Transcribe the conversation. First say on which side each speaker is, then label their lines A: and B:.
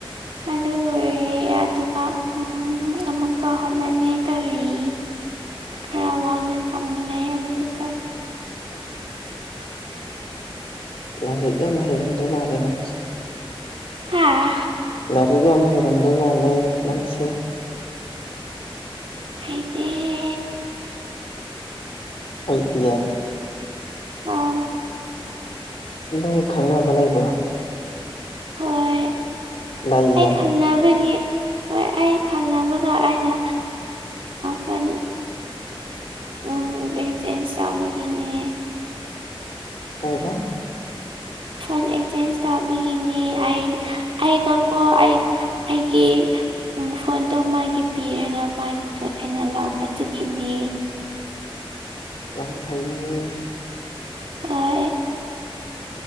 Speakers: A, on the right; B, on the left.
A: ꯑꯗꯨ ꯂꯣꯏꯔꯦ ꯑꯗꯨꯒ ꯎꯝ ꯎꯝ ꯑꯃꯨꯛꯀ ꯍꯣꯠꯅꯅꯤꯡꯉꯥꯏ ꯇꯧꯔꯤ ꯈꯔ ꯋꯥꯡꯅ ꯇꯝꯅꯤꯡꯉꯥꯏ ꯑꯃꯨꯛꯀ ꯇꯧꯔꯤ
B: ꯂꯥꯏꯔꯤꯛ ꯌꯥꯝ ꯍꯩꯔꯝꯗꯣꯏ ꯃꯥꯜꯂꯦ ꯅꯪꯁꯦ
A: ꯍꯥꯥ
B: ꯂꯥꯏꯔꯤꯛ ꯌꯥꯝ ꯍꯩꯔꯝꯗꯣꯏ ꯃꯥꯜꯂꯦ ꯅꯪꯁꯦ
A: ꯍꯩꯇꯦꯍꯦ
B: ꯍꯩꯇꯤꯌꯦ
A: ꯑꯧ
B: ꯅꯪ ꯈꯪꯅꯕ ꯂꯩꯕ꯭ꯔꯣ
A: ꯍꯣꯏ
B: ꯂꯩꯌꯦ
A: ꯑꯩ ꯈꯪꯅꯕꯒꯤ ꯍꯣꯏ ꯑꯩ ꯈꯪꯅꯕꯒ ꯑꯩꯅ ꯍꯣꯏ ꯎꯝ ꯚꯦꯛ ꯆꯦꯟꯖ ꯇꯧꯕꯒꯤꯅꯦ
B: ꯀꯩ ꯍꯥꯏꯕ
A: ꯐꯣꯟ ꯑꯦꯛꯆꯦꯟꯖ ꯇꯧꯕꯤꯒꯤꯅꯦ ꯑꯩꯒ ꯀꯣ ꯑꯩ ꯑꯩꯒꯤ ꯎꯝ ꯐꯣꯟꯗꯣ ꯃꯥꯒꯤ ꯄꯤꯔꯒ ꯃꯥꯒꯤꯗꯣ ꯑꯩꯅ ꯂꯧꯕ ꯆꯠꯈꯤꯅꯤ
B: ꯌꯥꯝ ꯐꯩ
A: ꯍꯣꯏ